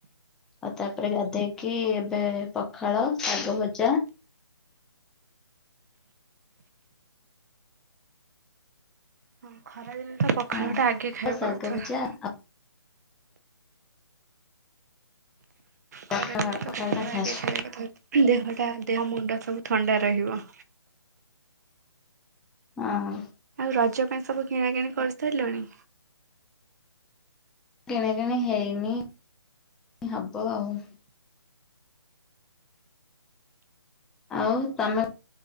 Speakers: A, in the centre; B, on the right (about 40°).
A: ଆଉ ତାପରେ ଗାଧେଇକି ଏବେ ପଖାଳ, ଶାଗ ଭଜା
B: ହଁ ଖରାଦିନ ତ ପଖାଳ
A: ହଁ
B: ଟା ଆଗେ ଖାଇବା
A: ଆଉ ଶାଗ
B: କଥା।
A: ଭଜା ଆଉ
B: ଖରା
A: ପଖାଳ
B: ଦିନେ ତ ପଖାଳ
A: ଟା ଫାଷ୍ଟ
B: ଆଗେ ଖାଇବା କଥା। ଦେହଟା ଦେହ ମୁଣ୍ଡ ସବୁ ଥଣ୍ଡା ରହିବ।
A: ହଁ।
B: ଆଉ ରଜ ପାଇଁ ସବୁ କିଣା କିିଣି କରିସାରିଲାଣି?
A: କିଣାକିଣି ହେଇନି ହବ ଆଉ। ଆଉ ତମେ